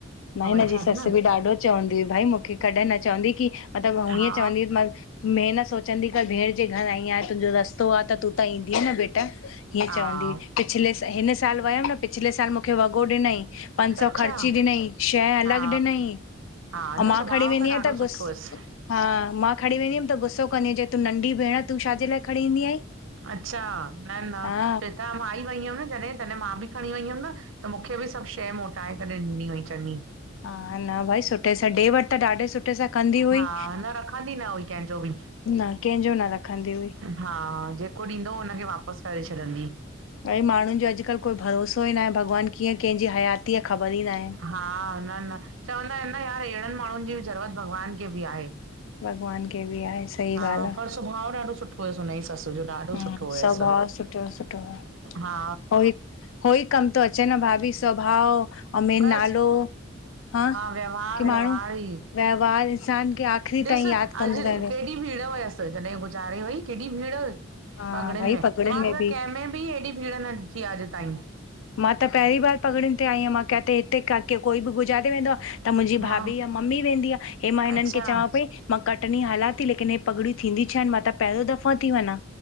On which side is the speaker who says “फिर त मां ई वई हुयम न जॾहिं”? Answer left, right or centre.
Right